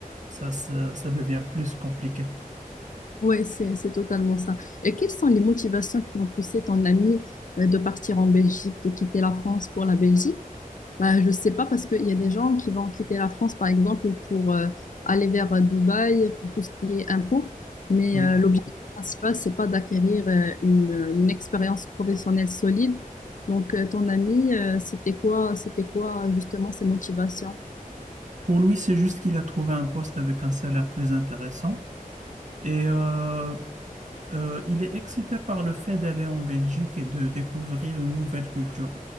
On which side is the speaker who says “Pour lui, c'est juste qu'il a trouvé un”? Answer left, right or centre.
Right